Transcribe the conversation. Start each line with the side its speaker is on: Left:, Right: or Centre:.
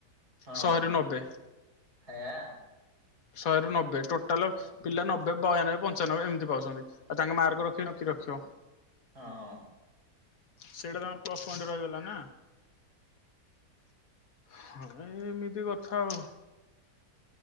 Right: ହଁ
Left: ଶହେରୁ ନବେ
Right: ହାୟା।
Left: ଶହେରୁ ନବେ ଟୋଟାଲ ପିଲା ନବେ ବୟାନବେ ପଞ୍ଚାନବେ ଏମିତି ପାଉଛନ୍ତି। ଆଉ ତାଙ୍କ ମାର୍କ ରଖିବ ନା ଆଉ କିଏ ରଖିବ।
Right: ହଁ।
Left: ସେଇଟା ତ ଆମର ପ୍ଲସ ପଏଣ୍ଟ ରହିଗଲା ନା। ହଁ ଏ ଏମିତି କଥା ଆଉ।